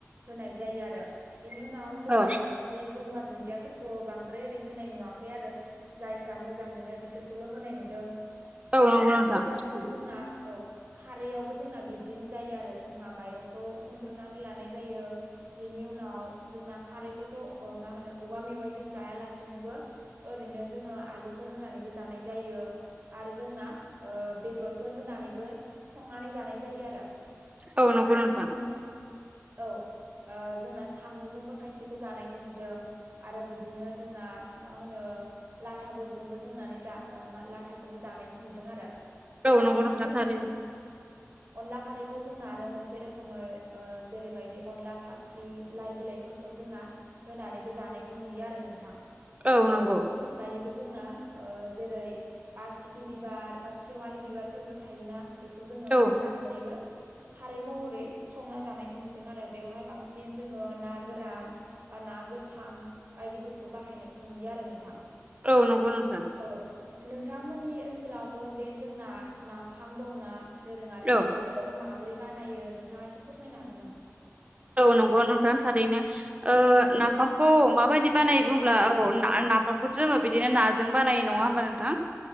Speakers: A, on the right; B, on the right.
A: होनाय जायो आरो बेनि उनाव जोंना
B: औ
A: बेवहाय गंगार दुन्दियाफोरखौ बांद्राय ओरै होनाय नुवाखै आरो जायफ्रा मोजां मोनो बिसोरखौल' होनाय नुदों।
B: औ
A: आरो
B: नंगौ नोंथां
A: बेबादि बिदिनो जोंना औ खारैआवबो जोंना बिब्दिनो जायो आरो जोंहा माइरंखौ सोमग्रोनानै लानाय जायो बेनि उनाव जोंना खारैखौथ' मा होनो औवा मेवाइजों जायालासे बिनोबो ओरैनो जोङो आलुफोर होनानैबो जानाय जायो। आरो जोंना ओ बेदरफोर होनानैबो संनानै जानाय जायो आरो।
B: औ
A: बे
B: नंगौ
A: बायदिनो‌
B: नोंथां
A: जोंङो औ ओ जोंना साम'जोंबो खायसेखौ जानायखौ नुदों आरो बिदिनो जोंना मा होनो लाथाफोरजोंबो जोंनानै जा लाथाजोंबो जानायखौ नुदों आरो। बेबादिनो
B: औ नंगौ नोंथां
A: जोङो
B: थारैनो
A: औ अनला खारैखौ जोंना आरो मोनसे रोखोमै जेरैबायदि अनला फाख्रि लाइ बिलाइफोरखौ जोंना होनानैबो जानायखौ नुयो आरो नोंथां
B: औ नंगौ
A: बेखौ दायोबो जोंना ओ जेरै बासिकि बिबार बा सेवालि बिबारफोरबो थायोना बेखौ जोङो
B: औ
A: फोराननानैबो खारै महरै संना जानाय नुदों आरो बेवहाय बांसिन जोङो ना गोरान बा ना गोथां बायदिफोरखौ बाहायनायखौ नुयो आरो नोंथां
B: औ नंगौ नोंथां
A: औ नोंथांमोननि ओनसोलावबो बे जोंना नाफाम दंना दोरोङारि
B: औ
A: जोंना बे मखौ माबोरै बानायो नोंथाङा एसे फोरमायनो हागोन नामा?
B: औ नंगौ नोंथां थारैनो। नाफामखौ माबायदि बानायो बुंब्ला औ नाफामखौ जोङो बिदिनो नाजों बानायो नङा होमबा नोंथां?